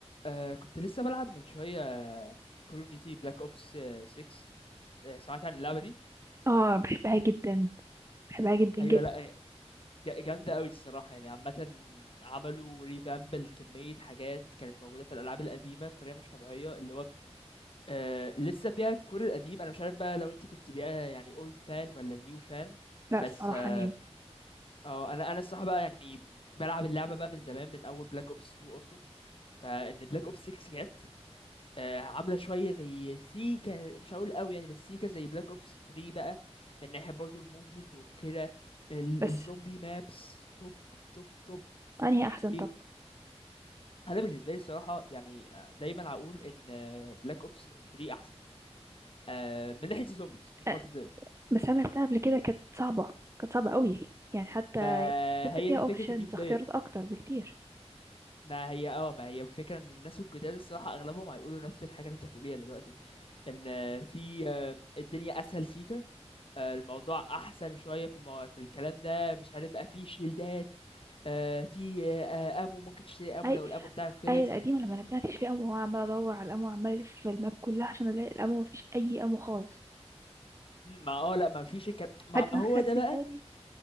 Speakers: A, on the left; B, on the right.
A: آه كنت لسه بلعب من شوية كول اوف ديوتي بلاك اوبس 6 آه سمعت عن اللعبة دي؟
B: اه بحبها جدا بحبها جدا
A: ايوه
B: جدا
A: لا آه، جا- جامدة قوي الصراحة يعني عامة عملوا ريفامب لكمية حاجات كانت موجودة في الألعاب القديمة بطريقة مش طبيعية اللي هو آه لسه فيها الكور القديم أنا مش عارف بقى لو أنت كنت بقى يعني اولد فان ولا نيو فان
B: لا
A: بس
B: الصراحة
A: اه
B: نيو
A: آه، انا انا الصراحة بقى يعني بلعب اللعبة بقى من زمان من أول بلاك اوبس 2 أصلا فإن بلاك اوبس 6 جت آه، عامله شويه زي سيكا مش هقول قوي يعني بس سيكا زي بلاك اوبس 3 بقى من ناحيه برضو الموفمنت وكده ال-
B: بس
A: الزومبي مابس توب توب توب
B: انهي احسن
A: ايه
B: طب
A: انا بالنسبه لي الصراحه يعني آه، دايما هقول ان بلاك اوبس 3 احسن آه، من ناحيه الزومبيز مش
B: آه،
A: مالتي بلاير
B: بس انا لعبتها قبل كده كانت صعبة كانت صعبة قوي يعني حتى
A: ما
B: انت
A: هي
B: فيها
A: دي
B: اوبشنز
A: فكره النيو بلاير
B: اختيارات اكتر بكتير
A: ما هي اه ما هي فكرة ان الناس الجداد الصراحة اغلبهم هيقولوا نفس الحاجة اللي انت هتقوليها دلوقتي ان آه، في آه، الدنيا اسهل سيكا آه، الموضوع احسن شويه في المو... في الكلام ده مش عارف بقى في شيلدات آه، في آه، امو ممكن تشتري امو
B: اي
A: لو الامو بتاعك خلص
B: اي القديمة لما لعبتها مفيش فيها امو وعمال ادور على الامو وعمال الف في الماب كلها عشان الاقي الامو مفيش اي امو خالص
A: مم، ما اه لا ما فيش الكلام ما
B: حتى
A: هو
B: ما خدت
A: ده بقى
B: بالي